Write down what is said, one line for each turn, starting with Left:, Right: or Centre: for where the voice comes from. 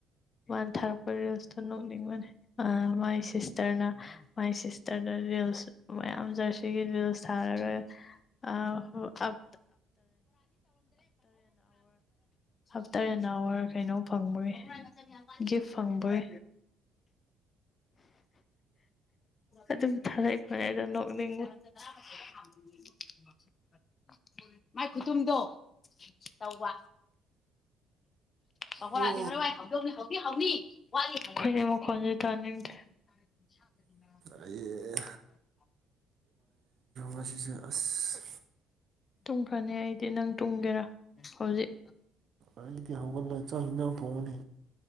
Left: ꯃꯥꯅ ꯊꯥꯔꯛꯄ ꯔꯤꯜꯁꯇꯣ ꯅꯣꯛꯅꯤꯡꯕꯅꯦ ꯃꯥꯏ ꯁꯤꯁꯇꯔꯅ ꯃꯥꯏ ꯁꯤꯁꯇꯔꯗ ꯔꯤꯜꯁ ꯃꯌꯥꯝ ꯖꯔꯁꯤꯒꯤ ꯔꯤꯜꯁ ꯁꯥꯔꯔꯣꯏꯇꯇꯔ ꯑꯦ ꯑꯋꯥ ꯑꯞꯇꯔ ꯑꯦꯟ ꯑꯋꯥꯔ ꯀꯩꯅꯣ ꯐꯪꯕꯣꯏ ꯒꯤꯐ ꯐꯪꯕꯣꯏ ꯑꯗꯨꯕꯨ ꯊꯔ ꯐꯅꯦꯗ ꯦꯡ <unintelligible> ꯃꯥꯏ ꯈꯨꯇꯨꯝꯗꯣ ꯇꯧꯕ ꯈ ꯁꯒꯣ
Right: ꯑꯣ
Left: ꯑꯗꯤꯔ ꯍꯥꯏ ꯍꯕ ꯍ ꯑꯩꯈꯣꯏꯅꯦ ꯃꯈꯨꯣꯟꯁꯦ ꯇꯥꯅꯤꯡꯗ꯭ꯔꯦ <unintelligible>
Right: ꯑꯩ ꯌꯁꯤꯁꯨ ꯑꯁ
Left: ꯇꯨꯡꯈ꯭ꯔꯅꯤ ꯑꯩꯗꯤ ꯅꯪ ꯇꯨꯝꯒꯦꯔꯥ ꯍꯧꯖꯤꯛ
Right: ꯑꯗꯤ ꯍꯧꯒꯜ ꯂ ꯆ ꯏꯟꯅ ꯐꯣꯅꯦ